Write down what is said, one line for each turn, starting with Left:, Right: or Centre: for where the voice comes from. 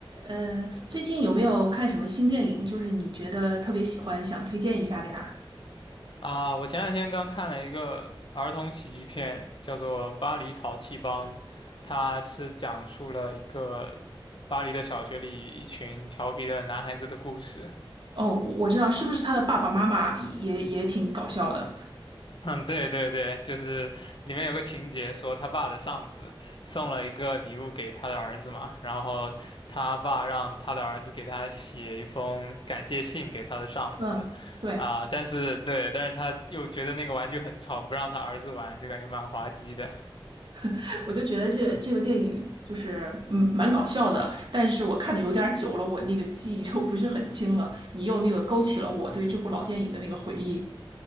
Right: 呃，最近有没有看什么新电影？就是你觉得特别喜欢，想推荐一下的呀？
Left: 啊，我前两天刚看了一个儿童喜剧片，叫做《巴黎淘气帮》，它是讲述了一个巴黎的小学里一群调皮的男孩子的故事。<laughs>
Right: 哦，我我知道，是不是他的爸爸妈妈也也挺搞笑的？
Left: 嗯，对对对，就是里面有个情节说他爸的上司送了一个礼物给他的儿子嘛，然后他爸让他的儿子给他写一封感谢信给他的上司，
Right: 嗯，对，
Left: 啊、但是对，但是他又觉得那个玩具很吵，不让他儿子玩，就感觉蛮滑稽的。
Right: <laughs> 我就觉得这这个电影就是嗯蛮搞笑的，但是我看的有点儿久了，我那个记忆就不是很清了。你又那个勾起了我对这部老电影的那个回忆。